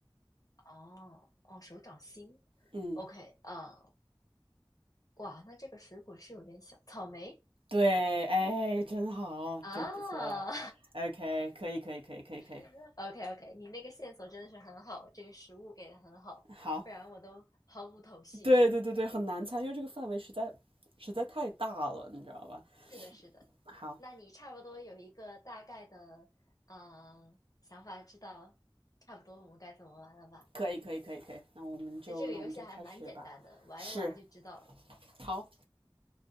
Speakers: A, on the left (about 40°); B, on the right (about 75°).
A: 哦哦，手掌心
B: 嗯，
A: ，OK 啊，哇，那这个水果是有点小，草莓
B: 对，哎，真好，
A: 啊
B: 真不错，OK，可以，可以，可以，可以，可以，
A: <laughs>，OK OK，你那个线索真的是很好，这个食物给的很好，
B: 好，
A: 不然我都毫无头绪。
B: 对对对对，
A: <laughs>
B: 很难猜，因为这个范围实在实在太大了，你知道吧？
A: 是的，是的，
B: 好，
A: 那你差不多有一个大概的呃想法，知道差不多我们该怎么玩了吧？
B: 可以可以可以可以，那我们就那我们就开始吧。
A: 其实这个游戏还蛮简单的，玩一玩就知道了。
B: 是，好，